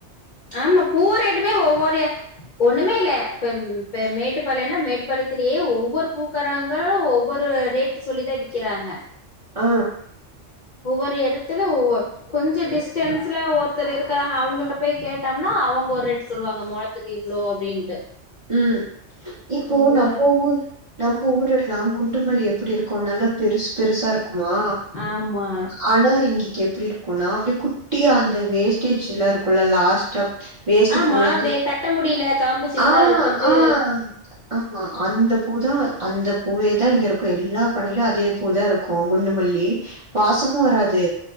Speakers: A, on the left (about 60°); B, on the right (about 40°).
A: ஆமா பூ ரேட்டுமே ஒவ்வொரு ஒன்னுமே இல்ல இப்ப இப்ப மேட்டுப்பாளையன்னா மேட்டுப்பாளையத்திலே ஒவ்வொரு பூக்காரங்க ஒவ் வொரு ரேட்டு சொல்லிதா விக்கிறாங்க
B: ஆ
A: ஒவ்வொரு எடத்துல ஒவ்வொ கொஞ்ச டிஸ்டன்ஸ்ல ஒருத்தர் இருக்கா அவுங்கள்ட்ட போய் கேட்டம்னா அவங்க ஒரு ரேட்டு சொல்வாங்க மொழ த்துக்கு இவ்ளோ அப்டின்ட்டு
B: ம் இப்போ
A: ம்
B: நம்ப ஊர் நம்ப ஊரெல்லா குண்டுமல்லி எப்டி இருக்கு நல்லா பெருசு பெருசாருக்குமா
A: ஆமா
B: ஆனா இங்கைக்கி எப்டி இருக்குனா அப்டே குட்டியா அந்த வேஸ்டேஜ்லா இருக்குல லாஸ்ட்டா வேஸ்ட்டு
A: ஆமா
B: பூலா தூக்கி
A: வே கட்ட முடில காம்பு சின்னதா
B: ஆ
A: இருக்குன்ட்டு
B: ஆ ஆமா அந்த பூ தா அந்த பூவே தா இங்க இருக்கு எல்லா கடைலயு அதே பூ தாரு க்கு குண்டுமல்லி வாசமு வராது